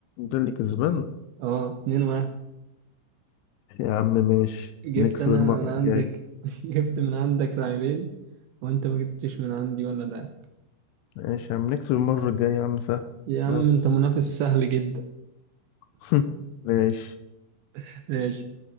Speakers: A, on the left; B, on the right.
A: ده اللي كسبان
B: اه 2-1
A: يا عم ماشي
B: جبت
A: نكسب
B: أنا
A: المرة
B: من عندك
A: الجاية
B: <laughs> جبت من عندك لاعبين وأنت ما جبتش من عندي ولا لاعب
A: ماشي يا عم نكسب المرة الجاية يا عم سهل
B: يا عم
A: يلا
B: أنت منافس سهل جدا
A: <laughs> ماشي
B: <laughs> ماشي